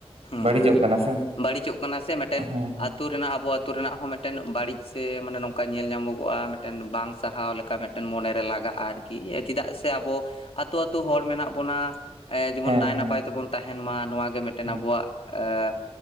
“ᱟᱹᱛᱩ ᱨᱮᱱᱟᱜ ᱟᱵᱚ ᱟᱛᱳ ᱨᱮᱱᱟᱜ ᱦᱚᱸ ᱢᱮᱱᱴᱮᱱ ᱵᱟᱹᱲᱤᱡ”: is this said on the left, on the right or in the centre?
Left